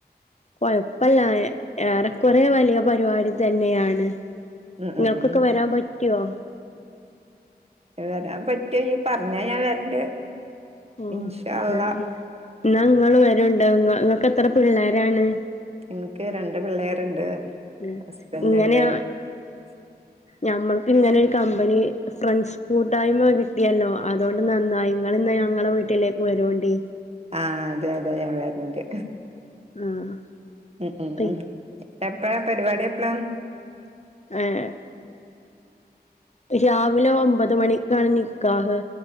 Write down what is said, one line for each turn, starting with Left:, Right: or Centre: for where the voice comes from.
Left: കുഴപ്പല്ല ഏറെക്കുറെ വലിയ പരിപാടി തന്നെയാണ്
Right: ഉം ഉം
Left: ങ്ങൾക്കൊക്കെ വരാൻ പറ്റുവോ?
Right: വരാൻ പറ്റുവേ ഇയ്യ് പറഞ്ഞാ ഞാൻ വരണ്ട്
Left: ഓ
Right: ഇൻഷാ
Left: ന്നാ
Right: അള്ളാ
Left: ന്നാ ഇങ്ങള് വരോണ്ട് ഇങ്ങൾക്ക് എത്ര പിള്ളേരാണ്?
Right: നിക്ക് രണ്ട് പിള്ളേരുണ്ട്
Left: ആ
Right: ഹസ്ബൻഡ്
Left: ഇങ്ങനെയ
Right: ഉണ്ട് <inaudible>
Left: ഞമ്മൾക്ക് ഇങ്ങനെ ഒരു കമ്പനി ഫ്രണ്ട്സ് കൂട്ടായ്മ കിട്ടിയല്ലോ അതോണ്ട് നന്നായി ഇങ്ങള് ഇന്ന ഞങ്ങളെ വീട്ടിലേക്ക് വരോണ്ടി.
Right: ആഹ് അതെ അതെ വരൻ്റ്
Left: ആഹ്
Right: ഉ ഉ
Left: പി
Right: എപ്പഴാ പരിപാടി എപ്പള
Left: ഏ രാവിലെ ഒമ്പത് മണി കാണ് നിക്കാഹ്